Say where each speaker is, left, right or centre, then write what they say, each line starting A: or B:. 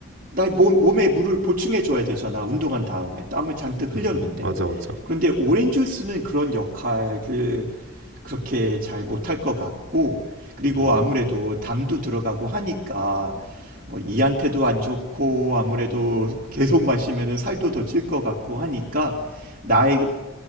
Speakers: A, on the right; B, on the right.
A: 나의 몸, 몸에 물을 보충해줘야 되잖아. 운동한 다음에 땀을 잔뜩
B: 응,
A: 흘렸는데.
B: 응, 맞아, 맞아.
A: 그런데 오렌지 주스는 그런 역할을 그렇게 잘 못할 것 같고, 그리고
B: 응,
A: 아무래도 당도 들어가고 하니까, 뭐, 이한테도 안 좋고, 아무래도 계속 마시면은 살도 더 찔 것 같고 하니까, 나의,